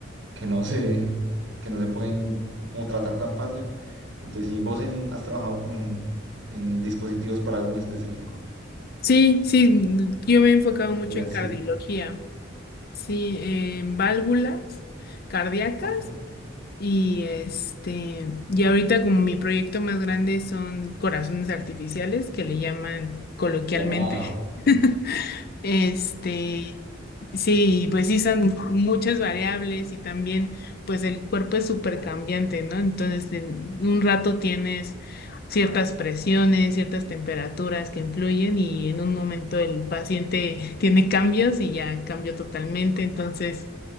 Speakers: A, on the right; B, on the left.
A: que no se, que no se pueden como tratar tan fácil. Entonces, si vos en- has trabajado como en, en dispositivos para algo en específico.
B: Sí, sí, mm, yo me he enfocado
A: En Cardiología,
B: mucho en
A: sí.
B: cardiología, sí, en válvulas cardíacas
A: Ok.
B: y este, y ahorita como mi proyecto más grande son corazones artificiales que le llaman coloquialmente.
A: Wow,
B: <laughs> Este, Sí, y pues sí, son muchas variables y también pues el cuerpo es súper cambiante, ¿no? Entonces, en un rato tienes ciertas presiones, ciertas temperaturas que influyen y en un momento el paciente <laughs> tiene cambios y ya cambió totalmente. Entonces,